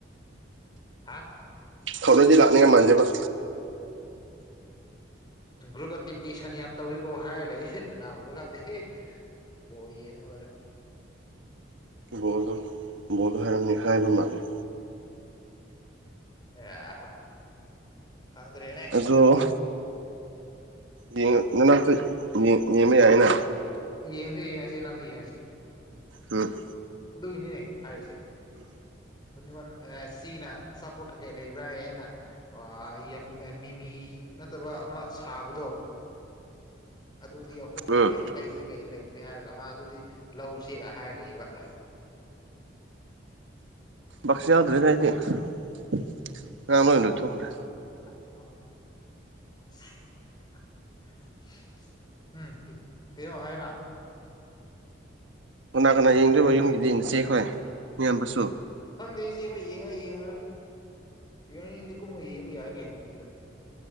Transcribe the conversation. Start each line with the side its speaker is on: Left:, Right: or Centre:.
Left: ꯍꯥ
Right: ꯊꯧꯅꯗꯤ ꯂꯥꯛꯅꯤꯉꯝ ꯃꯥꯟꯗꯦꯕ
Left: ꯒ꯭ꯔꯨꯞꯇ ꯇꯤꯞꯇꯤ ꯁꯟ ꯌꯥꯝ ꯇꯧꯋꯀꯣ ꯍꯥꯏꯔ ꯂꯩ ꯀꯅꯥꯕꯨꯔ ꯀꯥꯟꯗꯦ unintelligible
Right: ꯕꯣꯜꯗꯣ ꯕꯣꯜꯗꯣ ꯍꯥꯏꯔꯝꯅꯤ ꯍꯥꯏꯕ ꯃꯥꯂꯦ
Left: ꯑꯦꯍ ꯈꯪꯗ꯭ꯔꯦꯅꯦ
Right: ꯑꯗꯣ ꯌꯦꯡ ꯅꯅꯥꯛꯇ ꯌꯦꯡꯕ ꯌꯥꯏꯅ
Left: ꯌꯦꯡꯁꯦ ꯌꯦꯡꯉꯁꯦ ꯏꯅꯥꯛꯇ ꯌꯦꯡꯉꯁꯦ
Right: ꯎꯝ
Left: ꯑꯗꯨꯒꯤꯅꯤꯅꯦ ꯍꯥꯏꯔꯤꯁꯦ unintelligible ꯁꯤꯅ ꯆꯥꯄꯣꯠ ꯀꯩꯀꯩ ꯂꯩꯕ꯭ꯔꯥꯌꯦ ꯑꯩꯅ ꯑ ꯌꯝ-ꯑꯦ ꯃꯤꯃꯤ ꯅꯠꯇꯕ ꯑꯃ ꯁꯥꯕꯗꯣ ꯑꯗꯨꯗꯤ ꯑ ꯈꯨꯝ ꯂꯩ
Right: ꯎꯝ
Left: ꯑꯇꯩꯗꯤ ꯀꯩꯁꯨ ꯂꯩꯇ꯭ꯔꯤ ꯍꯥꯏꯔꯒ ꯃꯥ ꯑꯗꯨꯗꯤ ꯂꯧꯔꯨꯁꯦꯒ ꯍꯥꯏꯔ ꯂꯩꯌꯦꯕ
Right: unintelligible ꯑꯩꯗꯤ ꯉꯔꯥꯡ ꯂꯣꯏ ꯂꯣꯏꯊꯣꯛꯈ꯭ꯔꯦ
Left: unintelligible ꯎꯝ ꯀꯦ-ꯀꯩꯅꯣ ꯍꯥꯏꯑꯣꯅ
Right: ꯀꯅꯥ ꯀꯅꯥ ꯌꯦꯡꯗꯣꯏꯕ ꯌꯨꯝꯒꯤꯗꯤ ꯌꯦꯡꯉꯁꯦꯈꯣꯏ ꯃꯤꯌꯥꯝꯕꯁꯨ
Left: ꯈꯪꯗꯦ ꯅꯩꯁꯦ ꯑꯩꯈꯣꯏ ꯌꯦꯡꯉꯔꯥ ꯌꯦꯡꯉꯔꯥꯒ unintelligible ꯗꯤ ꯀꯨꯝꯃꯨ ꯌꯦꯡꯕ ꯌꯥꯏ ꯀꯩꯅꯣ ꯃꯣꯏꯁꯨ